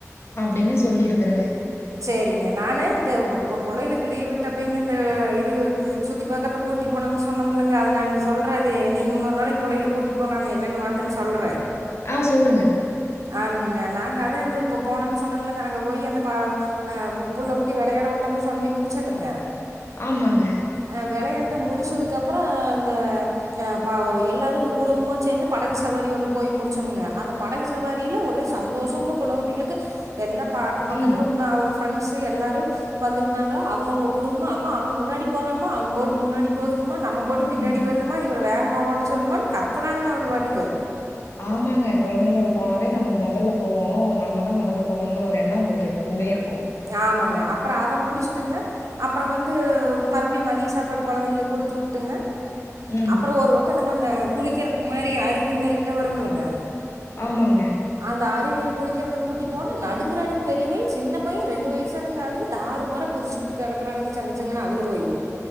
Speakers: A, on the left (about 50°); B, on the right (about 75°).
A: அப்டின்னு சொல்லிருக்கறங்க.
B: சேரிங்க நானு இந்த பு புள்ளைகளுக்கு லீவ் விட்டப்பய்ங்க இந்த இது சுத்தி பாக்குறதுக்கு கூட்டி போனேன்னு சொன்னமல்லங்க அத நானு சொல்ற அது நீங்க இன்னொரு நாளைக்கு பிள்ளைகள கூட்டிட் போங்க அங்க என்னன்னு வாத்தேன் சொல்ற
A: ஆ சொல்லுங்க
B: ஆ நாங்க அதா அந்த இப்ப போனன்னு சொன்னன்லங்க அங்க போயி அந்த ஆ புள்ள குட்டி வெளயாட உட்டம்னு சொல்லி முடிச்சனுங்க
A: ஆமாங்க
B: அ வெளையாண்டு முடிச்சதுக்கு அப்புற இந்த அ ப எல்லாரு குடும்பமா சேந்து படகு சவாரி ஒண்ணு போய் முடிச்சமுங்க அந்த படகு வரைல ஒரே சந்தோஷம்ங்க புள்ள குட்டிகளுக்கு எல்லா ப அக்கம் பக்கத்துல
A: ம்
B: உன்னோ அவங்க ஃப்ரெண்ட்ஸு எல்லாரு வந்திருந்தாங்களா அவங்கவுங்க குடும்பமா அம்மா அவ முன்னாடி போறாமா அவம் போட் முன்னாடி போகுதுமான் நம்ம போட்டு பின்னாடி
A: ம்
B: வருதும்மா இவரு வேகமா ஓட்ட சொல்லுமானு கத்துறானுங்க அவனு வாட்டுக்கு
A: ஆமாங்க கொழந்தைங்களோட போனாவே நம்ம மொதல்ல போகோணு நம்மதா மொதல்ல போகணுங்கிற ஒரு எண்ண அவங்களுக்கு எப்பமே இருக்கு
B: ஆமாங்க அப்பற அத முடிச்சுட்டுங்க அப்பற வந்து மறுபடியு மதிய சாப்பாடு கொழந்தைகளுக்கு குடுத்து உட்டுங்க
A: ம்
B: அப்பற ஒரு வக்க நம்ம அந்த குளிக்கறதுக்கு மாரி அருவி மாரி எல்லா வருமல்லங்க
A: ஆமாங்க
B: அந்த அருவியில குளிக்கறதுக் கூட்டி போன நடுங்கறானுங்க பெரிய வய சின்ன பைய ரெண்டு வயிசுதானுங்க ஆகுது தறுமாறா குதிச்சுகிட்டு கெடக்கறானுங்க சங்குச்சங்குன்னு அதுல போயி